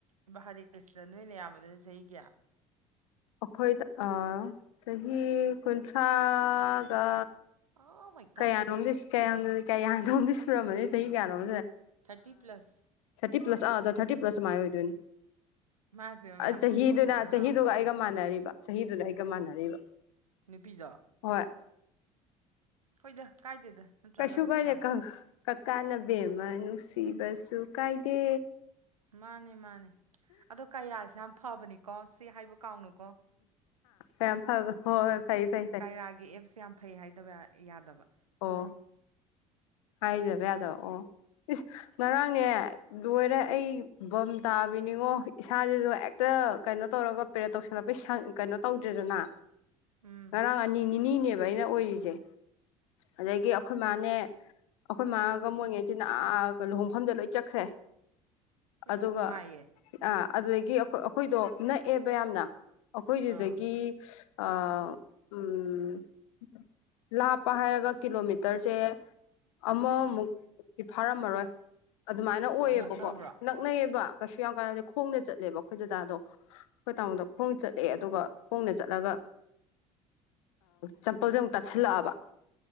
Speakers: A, on the right; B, on the left.
A: ꯏꯕꯥ ꯍꯔꯤ ꯀ꯭ꯔꯤꯁꯅ ꯅꯣꯏꯅ ꯌꯥꯝꯕꯗꯅ ꯆꯍꯤ ꯀꯌꯥ
B: ꯑꯩꯈꯣꯏꯗ ꯆꯍꯤ ꯀꯨꯟꯊ꯭ꯔꯥꯒ
A: ꯑꯥꯏ
B: ꯀꯌꯥꯅꯣꯝꯗꯤ ꯀ ꯀꯌꯥꯅꯣꯝꯗꯤ ꯁꯨꯔꯝꯃꯅꯤ ꯆꯍꯤ ꯀꯌꯥꯅꯣꯝ
A: ꯊꯥꯔꯇꯤ ꯄ꯭ꯂꯁ
B: ꯊꯥꯇꯤ ꯄ꯭ꯂꯁꯥ ꯑꯗ ꯊꯥꯔꯇꯤ ꯄ꯭ꯂꯁ ꯁꯨꯃꯥꯏ ꯑꯣꯏꯗꯣꯏꯅꯦ
A: ꯃꯥꯏ ꯄꯦꯝꯃ ꯌꯥꯝ
B: ꯆꯍꯤꯗꯨꯅ
A: ꯁꯤꯡꯅ ꯑꯉꯥꯡ
B: ꯆꯍꯤꯗꯨꯒ
A: ꯑꯃ ꯂꯧꯈ꯭ꯔꯕ
B: ꯑꯩꯒ ꯃꯥꯟꯅꯔꯤꯕ ꯆꯍꯤꯗꯨꯅ ꯑꯩꯒ ꯃꯥꯟꯅꯔꯤꯕ
A: ꯅꯨꯄꯤꯗꯣ
B: ꯍꯣꯏ
A: ꯍꯣꯏꯗ ꯀꯥꯏꯗꯦꯗ ꯅꯠꯇ꯭ꯔꯥ
B: ꯀꯩꯁꯨ
A: ꯂꯞ ꯏꯁ
B: ꯀꯥꯏꯗꯦ
A: ꯕ꯭ꯂꯥꯏꯟ
B: ꯀꯀꯥꯅ ꯕꯦꯝꯃ ꯅꯨꯡꯁꯤꯕꯁꯨ ꯀꯥꯏꯗꯦ
A: ꯃꯥꯅꯦ ꯃꯥꯅꯦ ꯑꯗꯣ ꯀꯌꯥꯁꯤ ꯌꯥꯝ ꯐꯕꯅꯤꯀꯣ ꯁꯤ ꯍꯥꯏꯕ ꯀꯥꯎꯅꯨꯀꯣ
B: ꯌꯥꯝ ꯐ ꯍꯣꯏ ꯍꯣꯏ ꯐꯩ ꯐꯩ ꯐ
A: ꯀꯥꯔꯌꯥ ꯒꯤ ꯑꯦꯞꯁꯤ ꯌꯥꯝ ꯐꯩ ꯍꯥꯏꯗꯕ ꯌꯥꯗꯕ
B: ꯑꯣ ꯍꯥꯏꯗꯕ ꯌꯥꯗꯕ ꯑꯣ ꯏꯁ ꯉꯔꯥꯡꯅꯦ ꯂꯣꯏꯔꯦ ꯑꯩ ꯕꯝ ꯇꯥꯕꯤꯅꯤꯉꯣ ꯏꯁꯥꯁꯤꯁꯨ ꯍꯦꯛꯇ ꯀꯩꯅꯣ ꯇꯧꯔꯒ ꯄꯦꯔꯥꯠ ꯇꯧꯁꯜꯂꯛꯄꯩꯁꯪ ꯀꯩꯅꯣ ꯇꯧꯗ꯭ꯔꯦꯗꯅ
A: ꯎꯝ
B: ꯉꯔꯥꯡ ꯑꯅꯤ ꯅꯤꯅꯤꯅꯦꯕ ꯑꯩꯅ ꯑꯣꯏꯔꯤꯁꯦ ꯑꯗꯒꯤ ꯑꯩꯈꯣꯏ ꯃꯥꯅꯦ ꯑꯩꯈꯣꯏ ꯃꯥꯒ ꯃꯣꯢꯉꯩꯁꯤꯅꯒ ꯂꯨꯍꯣꯡꯐꯝꯗ ꯂꯣꯏ ꯆꯠꯈ꯭ꯔꯦ
A: ꯑꯩꯁ
B: ꯑꯗꯨꯒ
A: ꯅꯨꯡꯉꯥꯏꯌꯦ
B: ꯑ ꯑꯗꯨꯗꯒꯤ ꯑꯩꯈꯣꯏꯗꯣ ꯅꯛꯑꯦꯕ ꯌꯥꯝꯅ ꯑꯩꯈꯣꯏꯗꯨꯗꯒꯤ
A: ꯑꯥ
B: ꯑꯥ ꯎꯝ ꯂꯥꯞꯄ ꯍꯥꯏꯔꯒ ꯀꯤꯂꯣꯃꯤꯇꯔꯁꯦ ꯑꯃꯃꯨꯛꯇꯤ ꯐꯥꯔꯝꯃꯔꯣꯏ ꯑꯗꯨꯃꯥꯏꯅ ꯑꯣꯏꯌꯦꯕꯀꯣ
A: ꯑꯣ ꯅꯛꯅꯕ꯭ꯔꯣ
B: ꯅꯛ ꯅꯥꯛꯅꯩꯌꯦꯕ ꯀꯩꯁꯨ ꯌꯥꯝ ꯀꯥꯟꯅꯗꯦ ꯈꯣꯡꯅ ꯆꯠꯂꯦꯕ ꯑꯩꯈꯣꯏ ꯗꯥꯗꯣ ꯑꯩꯈꯣꯏ ꯇꯥꯃꯣꯗ ꯈꯣꯡ ꯆꯠꯂꯦ ꯑꯗꯨꯒ ꯈꯣꯡꯅ ꯆꯠꯂꯒ ꯆꯝꯄꯜꯁꯦ ꯑꯃꯨꯛ ꯇꯥꯁꯜꯂꯛꯑꯕ